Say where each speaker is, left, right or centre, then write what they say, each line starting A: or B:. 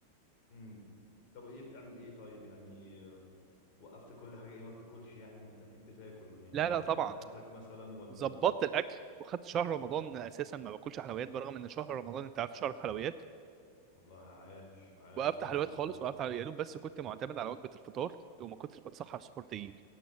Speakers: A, on the left (about 40°); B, on the right (about 30°).
A: امم طب ايه بتعمل ايه طيب يعني آه، وقفت كل حاجه ايه ما بتاكلش يعني ما انت اكيد بتاكل يعني
B: لا لا
A: ظبطت
B: طبعا
A: اكلك مثلا ولا
B: ظبطت الاكل وخدت شهر رمضان اساسا ما باكلش حلويات برغم ان شهر رمضان انت عارف شهر الحلويات
A: والله عاش عاش
B: وقفت
A: طبعا
B: حلويات خالص
A: اه
B: وقفت على يا دوب بس كنت معتمد على وجبه الفطار وما كنتش بتسحر سحور تقيل